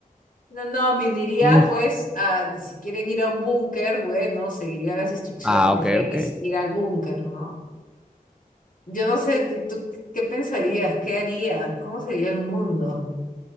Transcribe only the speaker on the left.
No, no, me uniría
pues a, si quieren ir a un búnker, bueno, seguiría las instrucciones
de
que hay
que s- ir al búnker, ¿no? Yo no sé, ti- ¿tú qué pensarías? ¿Qué harías? ¿Cómo sería el mundo?